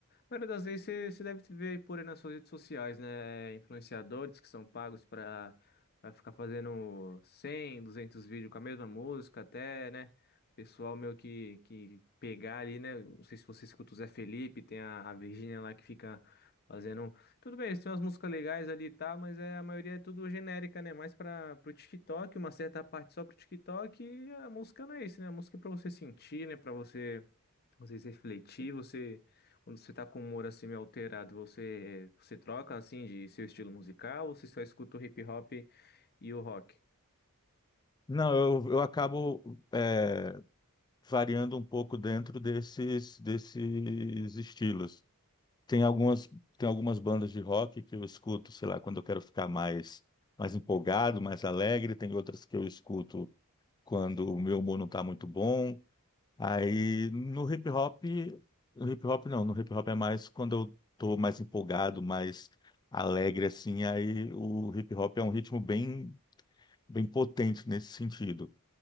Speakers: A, on the left (about 45°); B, on the left (about 20°).
A: maioria das vezes você, você deve ver aí por aí nas suas redes sociais, né? Influenciadores que são pagos para para ficar fazendo 100 200 vídeos com a mesma música, até, né? Pessoal meu que, que pegar ali, né? Não sei se você escuta o Zé Felipe, tem a, a Virgínia lá que fica fazendo. um Tudo bem, eles têm umas músicas legais ali e tal, mas é, a maioria é tudo genérica, né? Mais para o TikTok, uma certa parte só pro TikTok, e a música não é isso, né? A música é pra você sentir, né? Pra você. Vocês refletir, você quando você tá com o humor assim meio alterado, você você troca assim de seu estilo musical ou você só escuta o hip hop e o rock?
B: Não, eu, eu acabo, é, variando um pouco dentro desses, desses estilos. Tem algumas, tem algumas bandas de rock que eu escuto, sei lá, quando eu quero ficar mais, mais empolgado, mais alegre, tem outras que eu escuto quando o meu humor não está muito bom. Aí no hip hop, no hip hop não, no hip hop é mais quando eu tô mais empolgado, mais alegre assim, aí o hip hop é um ritmo bem, bem potente nesse sentido.